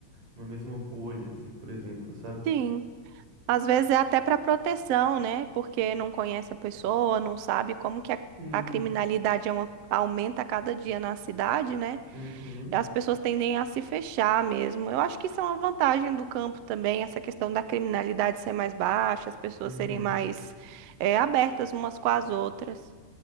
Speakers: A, on the right; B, on the right.
A: uma mesma bolha, assim, por exemplo, sabe?
B: Sim. Às vezes é até para proteção, né? Porque não conhece a pessoa, não sabe como que a,
A: Sim.
B: a criminalidade é uma- aumenta a cada dia na cidade, né?
A: Uhum,
B: as pessoas tendem a se fechar mesmo. Eu acho que isso é uma vantagem do campo também, essa questão da criminalidade ser mais baixa, as pessoas
A: uhum.
B: serem mais eh, abertas umas com as outras.